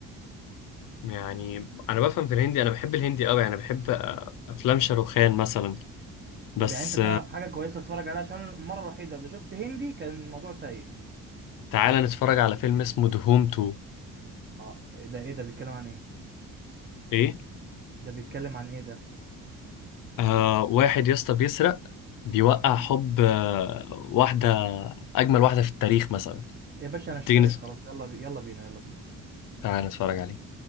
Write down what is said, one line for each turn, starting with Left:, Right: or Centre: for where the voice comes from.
Left: يعني انا بفهم في الهندي انا بحب الهندي قوي يعني بحب آه، افلام شاروخان مثلا بس
Right: طب يعني انت تعرف حاجه كويسه تتفرج عليها عشان المره الوحيده اللي شفت هندي كان الموضوع سيء
Left: تعالى نتفرج على فيلم اسمه دهوم 2
Right: اه إيه ده ايه ده بيتكلم عن ايه
Left: ايه
Right: ده بيتكلم عن ايه ده
Left: آه واحد يا اسطى بيسرق بيوقع
Right: امم
Left: حب آه واحدة أجمل واحدة في التاريخ مثلا
Right: يا باشا انا اشتريت
Left: تيجي نت...
Right: خلاص يلا بي... يلا بينا يلا بينا
Left: تعالى نتفرج عليه